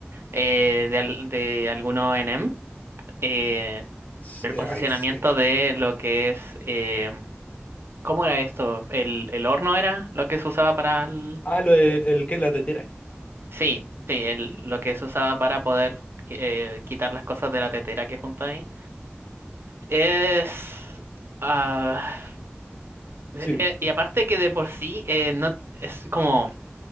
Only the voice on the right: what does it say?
eh, de, al- de algunos enem, eh,
el
posicionamiento
de lo que es em, ¿Cómo era esto? ¿El, el horno era lo que se usaba para el...
Sí, sí, el- lo que se usaba para poder eh, quitar las cosas de la tetera que junta ahí. Es... ah, eh,
eh, y aparte que de por sí, eh, no, es como